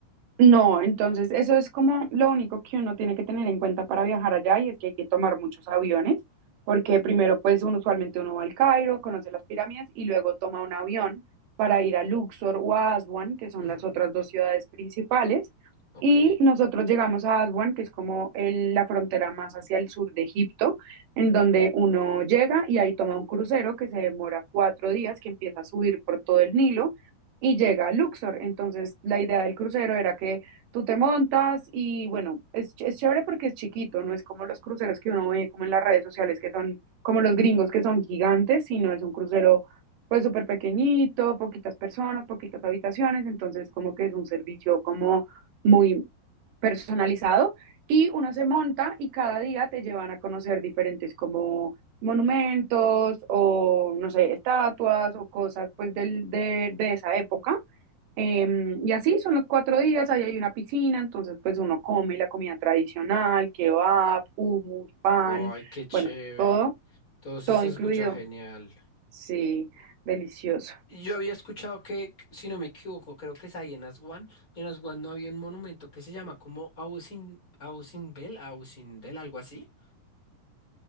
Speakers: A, on the right (about 70°); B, on the left (about 80°).
A: No, entonces eso es como lo único que uno tiene que tener en cuenta para viajar allá y es que hay que tomar muchos aviones, porque primero pues uno usualmente uno va al Cairo, conoce las pirámides y luego toma un avión para ir a Luxor o a Aswan, que son
B: Ujú.
A: las otras dos ciudades principales,
B: Ok.
A: y nosotros llegamos a Aswan, que es como el- la frontera más hacia el sur de Egipto, en donde uno llega y ahí toma un crucero que se demora cuatro días, que empieza a subir por todo el Nilo y llega a Luxor. Entonces, la idea del crucero era que tú te montas y bueno, es, ch- es chévere porque es chiquito, no es como los cruceros que uno ve como en las redes sociales, que son como los gringos que son gigantes, sino es un crucero pues súper pequeñito, poquitas personas, poquitas habitaciones, entonces como que es un servicio como muy personalizado y uno se monta y cada día te llevan a conocer diferentes como monumentos o, no sé, estatuas o cosas pues del, de, de esa época. Em, y así son los cuatro días, ahí hay una piscina, entonces pues uno come la comida tradicional, kebab, hummus, pan,
B: Ay, qué chévere.
A: bueno, todo,
B: Todo eso
A: todo
B: se
A: incluido.
B: escucha genial.
A: Sí, delicioso.
B: Yo había escuchado que, si no me equivoco, creo que es ahí en Aswan. En Aswan no había un monumento que se llama como Ausin, Ausinbel, Ausindel, algo así.